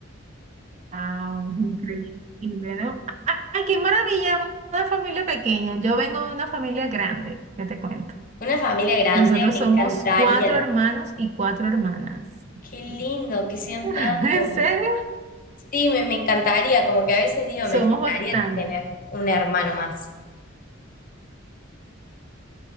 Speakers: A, on the right (about 35°); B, on the left (about 45°).
A: Wow, increíble, ¿no? Ah, ¡Ay, qué maravilla! Una familia pequeña. Yo vengo de una familia grande, ya te cuento.
B: Una familia grande,
A: Nosotros
B: me
A: somos
B: encantaría.
A: cuatro hermanos y cuatro hermanas.
B: Qué lindo
A: <laughs>
B: que sean tantos.
A: ¿En serio?
B: Sí, me, me encantaría, como que a veces digo, me
A: Somos bastantes.
B: encantaría tener un hermano más.